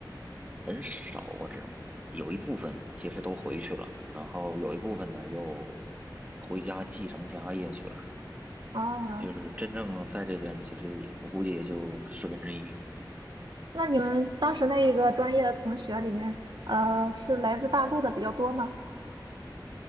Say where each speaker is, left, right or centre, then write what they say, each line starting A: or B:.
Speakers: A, on the right; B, on the right.
A: 很少我只能说有一部分其实都回去了，然后有一部分呢又回家继承家业去了，
B: 啊，
A: 就是真正在这边其实也我估计也就十分之一。
B: 那你们当时那一个专业的同学里面，呃，是来自大陆的比较多吗？